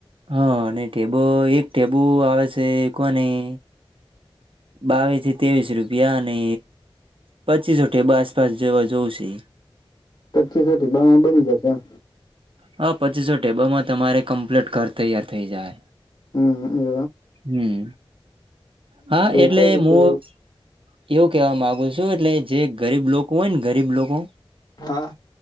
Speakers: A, on the right; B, on the left.
A: હા અને ટેબો એક ટેબુ આવે છે કોની બાવી જ ત્રેવીસ રૂપિયા અને પચીસો બ આસપાસ જેવા જૌશે
B: પચીસોી બમાં બની જશે એમ
A: હા પચીસો ટેબામાં તમારે કમ્પ્લીટ કર તૈયાર થઇ જાય
B: હમ એ
A: હમ હા એટલે
B: કઈ રીતે
A: હું એવું કેવા માંગુ છું એટલે જે ગરીબ લોકો હોય ને ગરીબ લોકો
B: હા